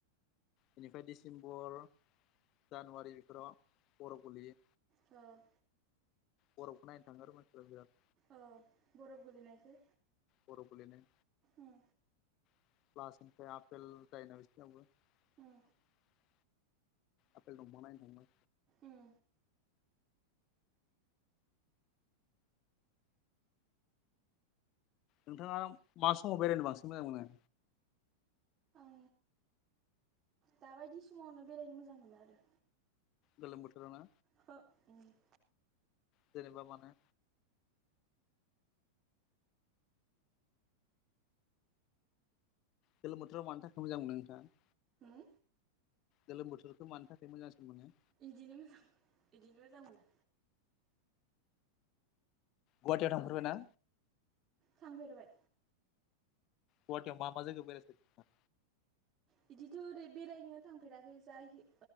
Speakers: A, on the left; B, on the right.
A: बेनिफ्राय डिसेम्बर, जानुवारि बेफोराव बरफ गोलैयो
B: औ
A: बरफखो नायनो थाङो आरो मानसिफोरा बिराद
B: अ बरफ गोलैनायखो
A: बरफ गोलैनाय
B: उम
A: <unintelligible>
B: उम
A: आफेल दफां नायनो
B: उम
A: नोंथाङा मा समाव बेरायनो बांसिन मोजां मोनो
B: आं दाबायदि समावनो बेरायनो मोजां मोनो आरो
A: गोलोम बोथोरावना।
B: हो उम।
A: जेनेबा माने गोलोम बोथोराव मानि थाखाय मोजां मोनो नोंथाङा
B: उम
A: गोलोम बोथोरखौ मानो थाखाय मोजांसिन मोनो
B: बिदिनो मोजां बिदिनो मोजां मोनो।
A: गुवाहाटियाव थांफेरबायना
B: थांफेरबाय
A: गुवाहाटियाव मा मा जायगायाव बेरायखो नोंथां?
B: बिदिथ' ओरै बेरायनो थांफेराखै जाय